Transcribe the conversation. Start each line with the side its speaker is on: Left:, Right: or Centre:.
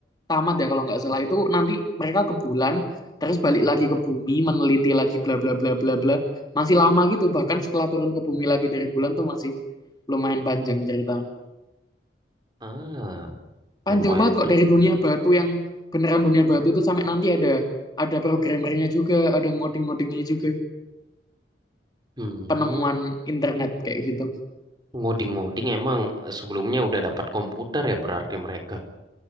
Left: tamat ya kalau nggak salah itu nanti mereka ke bulan terus balik lagi ke bumi meneliti lagi bla bla bla bla bla masih lama gitu bahkan setelah turun ke bumi lagi dari bulan tuh masih lumayan panjang ceritanya
Right: Ah,
Left: panjang
Right: lumayan.
Left: banget kok dari dunia batu yang beneran dunia batu itu sampai nanti ada ada programmernya juga ada ngoding-ngodingnya juga
Right: Hmm,
Left: penemuan internet kayak gitu
Right: ngoding-ngoding emang sebelumnya udah dapat komputer ya berarti mereka.